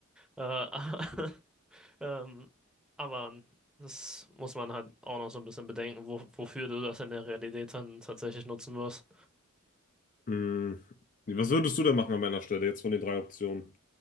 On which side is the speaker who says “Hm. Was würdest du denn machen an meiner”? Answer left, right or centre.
Left